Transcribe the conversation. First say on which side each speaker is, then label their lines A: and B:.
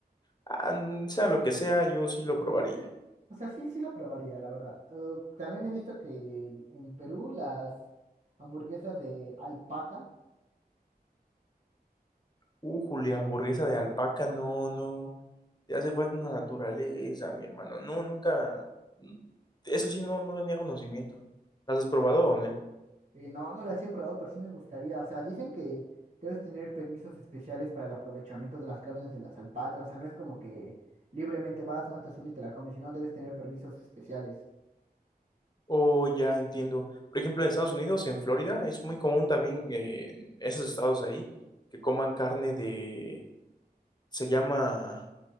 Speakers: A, on the left; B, on the right.
A: Ah, mm, sea lo que sea, yo sí lo probaría.
B: O sea, sí, sí lo probaría, la verdad. Eh, también he visto que en en Perú las hamburguesas de alpaca
A: Uh, Julia, hamburguesa de alpaca, no, no, te hace falta una naturaleza, mi hermano, no, nunca, mm, eso sí, no, no tenía conocimiento. ¿Las has probado, Onel?
B: Eh, no, no las he probado, pero sí me gustaría. O sea, dicen que debes tener permisos especiales para el aprovechamiento de las carnes de las alpacas. O sea, no es como que libremente vas, matas una y te la comes, sino debes tener permisos especiales.
A: Oh, ya entiendo. Por ejemplo, en Estados Unidos, en Florida, es muy común también eh, en esos estados ahí que coman carne de, se llama